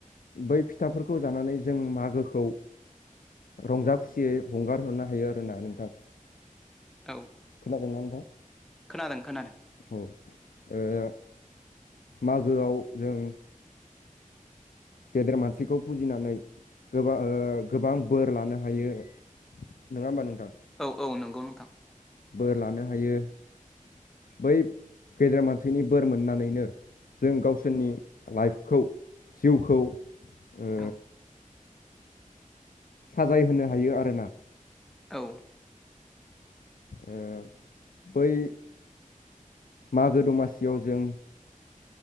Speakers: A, on the left; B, in the centre.
A: बै फिथाफोरखौ जानानै जों मागोखौ रंजा खुसियै हंगार हरनो हायो आरोना नोंथां।
B: औ
A: खोनादोंना नोंथां
B: खोनादों खोनादों
A: औ ओ मागोआव जों गेदेर मानसिखौ फुजिनानै गोबां ओ गोबां बोर लानो हायो नङा होमबा नोंथां।
B: औ औ नंगौ नोंथां।
A: बोर लानो हायो बै गेदेर मानसिनि बोर मोननानैनो जों गावसोरनि लाइफखौ जिउखौ ओ
B: औ
A: साजाय होनो हायो आरोना
B: औ
A: ओ बै मागो दमासियाव जों